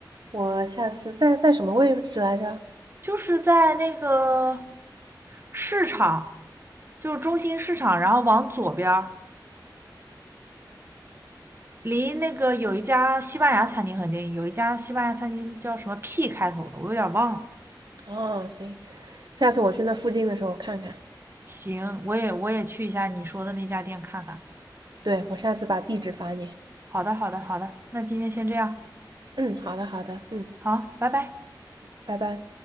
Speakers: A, on the right; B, on the right.
A: 我下次在在什么位置来着？
B: 就是在那个市场，就是中心市场，然后往左边儿。离那个有一家西班牙餐厅很近，有一家西班牙餐厅叫什么 P 开头的，我有点忘了。
A: 哦，行，下次我去那附近的时候看看。
B: 行，我也我也去一下你说的那家店看看。
A: 对，我下次把地址发你。
B: 好的，好的，好的，那今天先这样，
A: 嗯，好的好的，嗯，
B: 好，拜拜。
A: 拜拜。